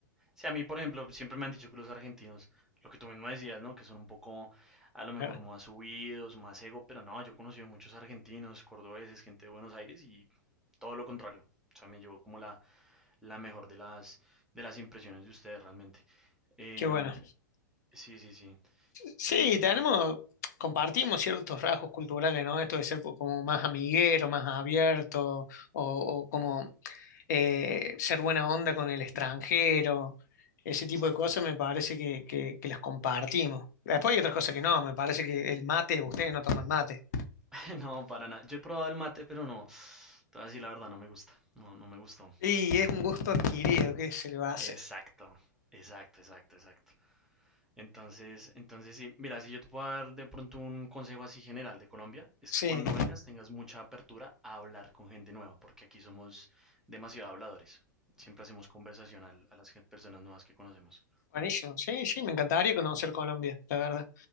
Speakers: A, in the centre; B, on the left (about 60°).
A: Sí, a mí, por ejemplo, siempre me han dicho que los argentinos, lo que tú mismo decías, ¿no? Que son un poco, a lo mejor,
B: ¿verdad?
A: más subidos, más ego, pero no, yo he conocido muchos argentinos, cordobeses, gente de Buenos Aires y todo lo contrario. O sea, me llevó como la, la mejor de las, de las impresiones de ustedes realmente. Em,
B: Qué bueno.
A: sí, sí, sí.
B: Sí,
A: Y,
B: tenemos, compartimos ciertos rasgos culturales, ¿no? Esto de ser po- como más amiguero, más abierto, o, o como eh, ser buena onda con el extranjero, ese tipo
A: exacto.
B: de cosas me parece que, que, que las compartimos. Después hay otras cosas que no, me parece que el mate, ustedes no toman mate.
A: <laughs> No, para nada. Yo he probado el mate, pero no. Te voy a decir la verdad, no me gusta. No, no me gustó.
B: Y es un gusto adquirido, ¿qué se le va a hacer?
A: Exacto, exacto, exacto, exacto. Entonces, entonces sí, mira, si yo te puedo dar de pronto un consejo así general de Colombia, es
B: Sí.
A: que cuando vengas tengas mucha apertura a hablar con gente nueva, porque aquí somos demasiado habladores. Siempre hacemos conversación al- a, las gen- personas nuevas que conocemos.
B: Buenísimo. Sí, sí, me encantaría conocer Colombia, la verdad.